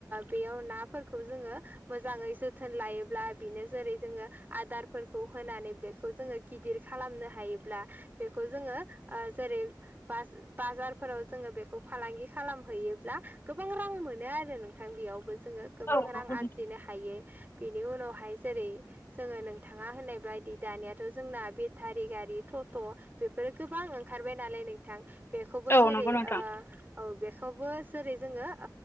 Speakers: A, on the right; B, on the left.
A: बेयाव नाफोरखौ जोङो मोजाङै जोथोन लायोब्ला बिनो जेरै जोङो आदार फोरखौ होनानै बेखौ जोङो गिदिर खालामनो हायोब्ला बेखौ जोङो जेरै बाजारफोराव जोङो बेखौ फालांगि खालामहैयोब्ला गोबां रां मोनो आरो नोंथां बेयावबो जोङो गोबां
B: औ नंगौ
A: रां
B: नोंथां
A: आरजिनो हायो बेनि उनावहाय जेरै जोङो नों थाङा होननाय बायदि दानियाथ' जोंना बेटारि गारि थथ' बे बेफोर गोबां ओंखारबाय नालाय नोंथां बेखौबो
B: औ
A: जेरै
B: नंगौ नोंथां
A: औ बेखौबो जेरै जोङो